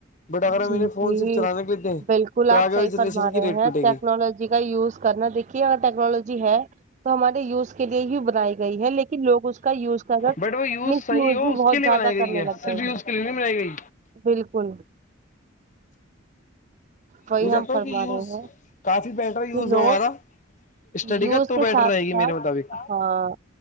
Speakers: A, on the left; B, on the right.
A: بٹ اگر
B: جی
A: ہم انیریں
B: جی
A: فون صرف چلانے کے لیےتےے
B: بالکل
A: تو
B: آپ
A: آگے
B: صحیح
A: والی جنریشن
B: فرما
A: کی
B: رہے
A: ریٹ پٹے
B: ہیں ٹیکنالوجی
A: گی
B: کا یوز کرنا دیکھیے اگر ٹیکنالوجی ہے تو ہمارے یوز کے لیے ہی بنائی گئی ہے لیکن لوگ اس کو کا یوز کر
A: بٹ وہ
B: مس
A: صحیح
B: یوز
A: ہو
B: بھی
A: اس
B: بہت
A: کے لیے
B: زیادہ
A: بنائی گئی
B: کرنے
A: ہے
B: لگ
A: صرف
B: گئے
A: یوز
B: ہیں
A: کے لیے نہیں بنائی گئی
B: بالکل وہی
A: میں چاہتا
B: ہم فرما
A: ہوں کہ یوز
B: رہے ہیں
A: کافی بیٹر یوز
B: کہ لو
A: ہو ہمارا اسٹڈی
B: یوز
A: کا تو
B: کے
A: بیٹر
B: ساتھ
A: رہے گی
B: ساتھ
A: میرے مطابق
B: ہاں